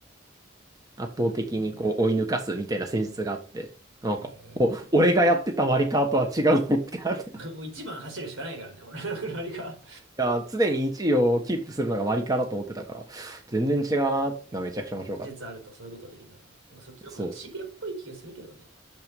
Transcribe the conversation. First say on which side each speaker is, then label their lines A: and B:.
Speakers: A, on the right; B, on the right.
A: 圧倒的にこう、
B: あそうね。
A: 追い抜かすみたいな戦術があって、なんか、
B: へえ。
A: お、俺がやってたマリカーとは違うのかって。<laughs> い
B: <laughs> もう一番走るしかないからね、俺のくらりが。
A: や、常に1位をキープするのがマリカーだと思ってたから、全然違うなってのはめちゃくちゃ面白かった。
B: 技術あるとそういうことできるな。なんかそっちの方がなんかシビアっぽい気がするけどね。
A: そ